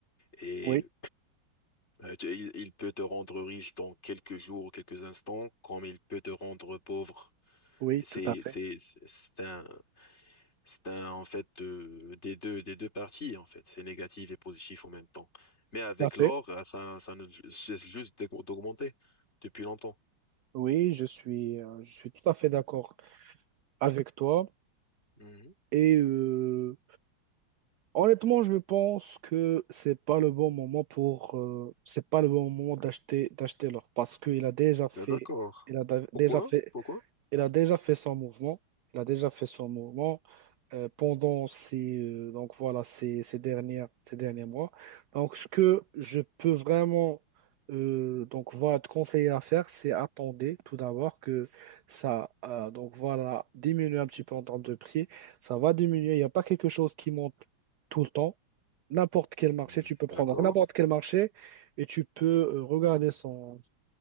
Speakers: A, on the left (about 30°); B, on the right (about 70°).
A: et
B: oui,
A: euh, tu- il, il peut te rendre riche dans quelques jours ou quelques instants, comme il peut te rendre pauvre.
B: oui,
A: Et C'est,
B: tout à fait.
A: c'est, c'est un, c'est un, en fait, euh, des deux, des deux parties, en fait. C'est négatif et positif en même temps. Mais avec
B: Tout à fait.
A: l'or, euh, ça, ça ne cesse juste d'aug- d'augmenter depuis longtemps.
B: Oui, je suis, euh, je suis tout à fait d'accord avec toi.
A: Mhm.
B: Et euh, honnêtement, je pense que c'est pas le bon moment pour, euh, c'est pas le bon moment d'acheter, d'acheter l'or parce qu'il a déjà fait,
A: Ben, D'accord.
B: il a da- déjà
A: Pourquoi?
B: fait
A: Pourquoi?
B: il a déjà fait son mouvement. Il a déjà fait son mouvement euh, pendant ces, euh, donc voilà, ces, ces dernières, ces derniers mois. Donc, ce que je peux vraiment euh, donc, voilà, te conseiller à faire, c'est attendre tout d'abord que ça euh, donc, voilà, diminue un petit peu en termes de prix. Ça va diminuer. Il n'y a pas quelque chose qui monte tout le temps. N'importe quel marché,
A: Mm,
B: tu peux
A: D'accord,
B: prendre n'importe quel marché et tu peux euh, regarder son,